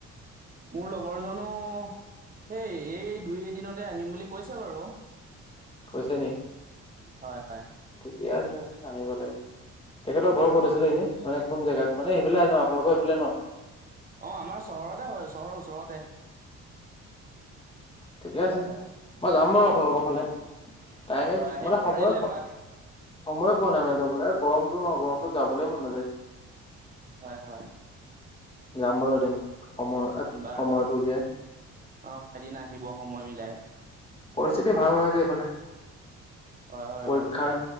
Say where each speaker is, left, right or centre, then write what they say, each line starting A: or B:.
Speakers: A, on the right (about 30°); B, on the left (about 20°).
A: মোৰ লগৰ জনো হেই এই দুই এদিনত তে আহিম বুলি কৈছে বাৰু।
B: কৈছে নি
A: হয় হয়।
B: ঠিকে আছে আহিব লাগে, তেখেতৰ ঘৰ ক'ত
A: অ
B: আছিলে এনেই মানে কোন জাগাত? মানে সেইফে আপালোকৰ সেইফালে ন।
A: অ আমাৰ চহৰতে হয় চহৰৰ ওচৰতে।
B: ঠিকে আছে।
A: হয় হয়
B: মই যাম বাৰু আপোনালোকৰ ফালে। <unintelligible>
A: হয় আহিব
B: মানে সময়
A: পাৰিলে
B: পোৱা
A: এপাক
B: সময়ে পোৱা নাই মানে যাবলে, গৰমতো ন গৰমতো যাবলৈ মন নাযায়।
A: হয় হয়।
B: যাম বাৰু এদিন সময়
A: বাৰু
B: সময়তটো উলিয়াই।
A: অ এদিন আহিব সময় মিলাই।
B: পৰিস্থিতি ভাল নহয় যে এইফালে।
A: হয় হয়
B: পৰীক্ষাৰ
A: বাৰু এতিয়া